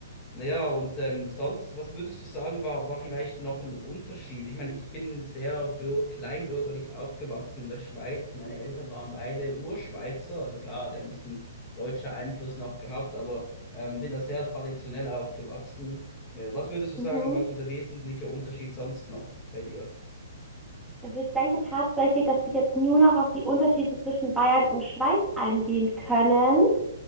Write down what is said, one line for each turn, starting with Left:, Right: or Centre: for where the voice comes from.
Left: Naja, und ähm, sonst, was würdest du sagen, war, war vielleicht noch ein Unterschied? Ich meine, ich bin sehr bür kleinbürgerlich aufgewachsen in der Schweiz. Meine Eltern waren beide Urschweizer. Also klar, der hat ein bisschen deutscher Einfluss noch gehabt, aber ähm, bin da sehr traditionell aufgewachsen. Ja, was würdest du
Centre: mhm.
Left: sagen, war so der wesentliche Unterschied sonst noch bei dir?
Centre: Also ich denke tatsächlich, dass wir jetzt nur noch auf die Unterschiede zwischen Bayern und Schweiz eingehen können.